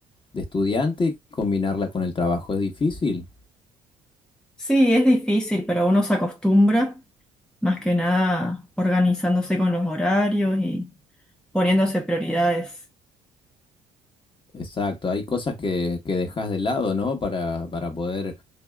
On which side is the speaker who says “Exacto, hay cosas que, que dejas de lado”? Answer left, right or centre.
Left